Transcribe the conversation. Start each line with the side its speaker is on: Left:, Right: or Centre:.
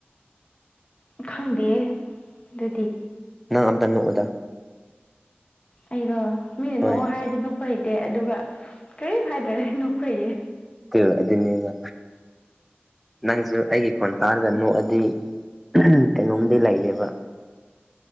Left: ꯈꯪꯗꯦ ꯑꯗꯨꯗꯤ
Centre: ꯅꯪ ꯑꯝꯇ ꯅꯣꯛꯑꯣꯗ
Left: ꯑꯩꯔꯣ ꯃꯤꯅ
Centre: ꯍꯣꯏ
Left: ꯅꯣꯛꯑꯣ ꯍꯥꯏꯔꯗꯤ ꯅꯣꯛꯄ ꯍꯩꯇꯦ ꯑꯗꯨꯒ ꯀꯔꯤꯝ ꯍꯥꯏꯗ꯭ꯔꯦ ꯅꯣꯛꯄ ꯍꯩꯌꯦ
Centre: ꯑꯦ ꯑꯗꯨꯗꯕ ꯅꯪꯁꯨ ꯑꯩꯒꯤ ꯈꯣꯟ ꯇꯥꯔꯒ ꯅꯣꯛꯑꯗꯤ ꯑꯍ ꯀꯩꯅꯣꯝꯗꯤ ꯂꯩꯔꯦꯕ